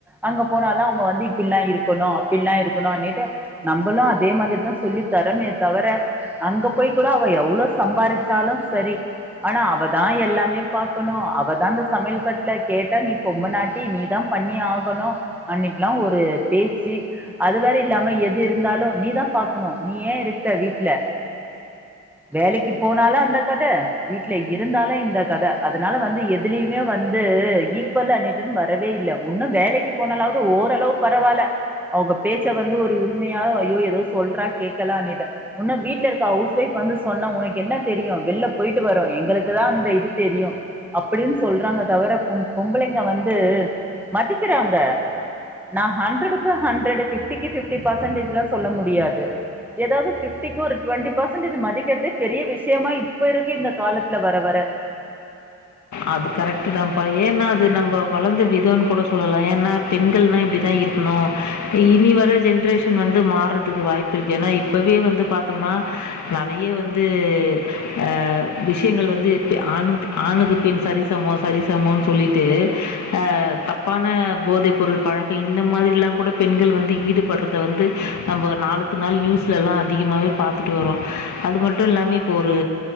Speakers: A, in the centre; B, on the left.
A: அங்க போனாலு அவுங்க வந்து இப்பில்லா இருக்கணு அப்பில்லா இருக்கணு அப்டின்ட்டு நம்பளு அதே மாதிரி தா சொல்லி தரமே தவிர அங்க போய் கூட அவ எவ்ளோ சம்பாருச்சாலு சரி ஆனா அவதா எல்லாமே பாக்கணு அவதா இந்த சமையல் கட்ல கேட்டா நீ பொம்முனாட்டி நீதா பண்ணி ஆகணு அன்னிட்டுல்லா ஒரு பேச்சு அது வேற இல்லாம எது இருந்தாலு நீதா பாக்கணு நீ ஏ இருக்க வீட்ல வேலைக்கீ போனாலு அந்த கத வீட்ல இருந்தாலு இந்த கத அதுனால வந்து எதுலயுமே வந்து ஈக்குவல்லா நின் ட்டு வரவே இல்ல ஒன்னு வேலைக்கு போனாலாவது ஓரளவு பரவால்ல அவுங்க பேச்ச வந்து ஒரு உரிமையா ஐயோ ஏதோ சொல்றா கேக்லானிட்டு உன்ன வீட்ல இருக்க ஹவுஸ் ஒய்ப் வந்து சொன்னா உனக் என்ன தெரியு வெள்ள போயிட்டு வரோ எங்களுக்கு தா அந்த இது தெரியு அப்டின்னு சொல்றாங்க தவிர பொம் பொம்பளைங்க வந்து மதிக்கிறாங்க நா ஹண்ட்ரடுக்கு ஹண்ட்ரட் பிஃப்டிக்கு பிஃப்டி பெர்சன்டேஜ்லா சொல்ல முடியாது ஏதாவுது பிஃப் டிக்கு ஒரு டுவென்டிபர்சடேஜ் மதிக்கிறதே பெரிய விஷயமா இப்ப இருக்கு இந்த காலத்துல வர வர
B: அது கரெக்டு தான்ப்பா ஏன்னா அது நம்ம வளந்த விதோன்னு கூட சொல்லலா ஏன்னா பெண்கள்னா இப்டி தா இருக் இனி வர ஜென்ரேஷன் வந்து மார்றதுக்கு வாய்ப்பு இருக்கு ஏன்னா இப்பவே வந்து பாத் க்குனா நெறய வந்து ஆ விஷயங்கள் வந்து இக்கு ஆணுக் ஆணுக்கு பெண் சரிசமோ சரிசமோன்னு சொல்லிட்டு ஆ தப்பான போதை பொருள் பழக் இப்ப இந்த மாதிரில்லா கூட பெண்கள் வந்து ஈடுபடுறது வந்து நம்ப நாளுக்கு நாள் நியூஸ்லல்லா அதிகமாவே பாத் ட்டுட்டு வரோ அது மட்டு இல்லாம இப்ப ஒரு